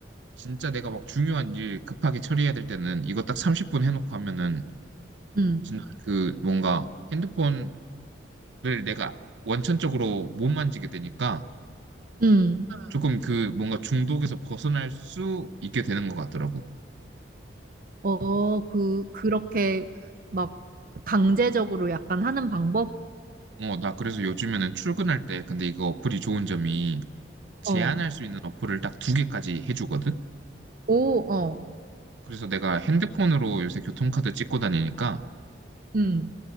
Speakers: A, on the right; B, on the right.
A: 진짜 내가 막 중요한 일 급하게 처리해야 될 때는 이거 딱 30분 해놓고 하면은
B: 응,
A: 진 그 뭔가 핸드폰을 내가 원천적으로 못 만지게 되니까
B: 응.
A: 조금 그 뭔가 중독에서 벗어날 수 있게 되는 것 같더라고.
B: 어, 그, 그렇게 막 강제적으로 약간 하는 방법?
A: 음. 어, 나 그래서 요즘에는 출근할 때 근데 이거 어플이 좋은 점이 제한할
B: 어,
A: 수 있는 어플을 딱 두 개까지 해주거든.
B: 오, 어,
A: 그래서 내가 핸드폰으로 요새 교통카드 찍고 다니니까
B: 응,